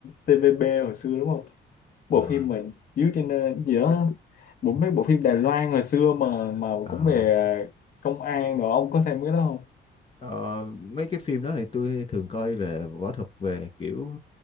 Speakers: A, on the left; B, on the left.
A: TVB hồi xưa đúng không
B: ờ,
A: bộ phim mà dưới trên ờ, gì đó bộ mấy bộ phim Đài Loan hồi xưa mà mà
B: ờ.
A: cũng về công an rồi ông có xem cái đó không
B: Ờ, mấy cái phim đó thì tôi thường coi về võ thuật về kiểu